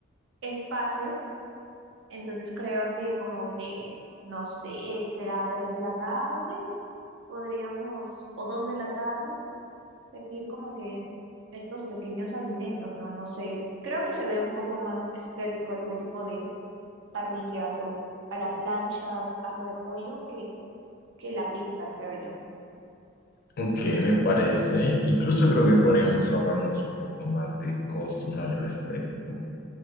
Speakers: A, on the right (about 60°); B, on the left (about 50°).
A: espacios Entonces creo que como que, no sé, será tres de la tarde, podríamos, o dos de la tarde, servir como que estos pequeños alimentos, ¿no? No sé, creo que se ve un poco más estético algún tipo de parrillas o a la plancha, algo de pollo, que, que la pizza, creo yo.
B: Ok, me parece. Incluso creo que podríamos ahorrarnos un poco más de costos al respecto.